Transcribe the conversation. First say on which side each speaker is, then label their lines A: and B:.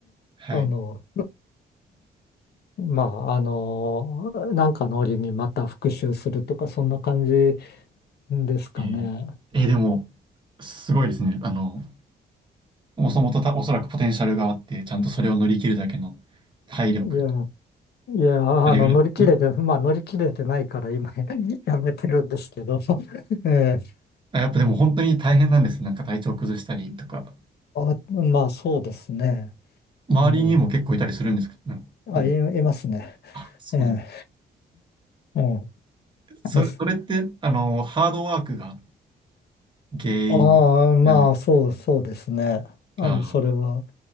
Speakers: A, on the right; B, on the left.
A: はい。
B: あの、まあ、あの、なんかの折にまた復習するとか、そんな感じですかね。
A: えーえーでも、すごいですね。あの、もともとたおそらくポテンシャルがあって、ちゃんとそれを乗り切るだけの体力と、
B: いや、いや、
A: あれが、
B: あの、乗り切れて、
A: うん
B: <laughs> まあ、乗り切れてないから今 <laughs> やめてるんですけど。<laughs> ええ。
A: あやっぱでも本当に大変なんですねなんか体調崩したりとか、
B: あ、まあ、そうですね。
A: 周りにも結構いたりするんですかうんうん。
B: うん。あ、い、いますね。
A: あ、そうなん
B: ええ。うん。
A: それ、
B: です。
A: それって、あの、ハードワークが原因なんで、
B: ああ、まあ、そう、そうですね。あの、
A: あ
B: それは、